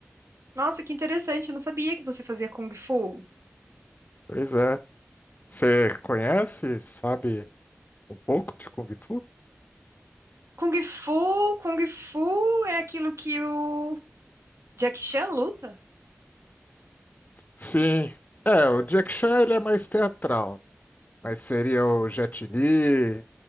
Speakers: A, on the right; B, on the left.
A: Nossa, que interessante, eu não sabia que você fazia Kung Fu.
B: Pois é. Você conhece, sabe um pouco de Kung Fu?
A: Kung Fu, Kung Fu é aquilo que o Jackie Chan luta?
B: Sim. É, o Jack Chan ele é mais teatral, mas seria o Jet Li.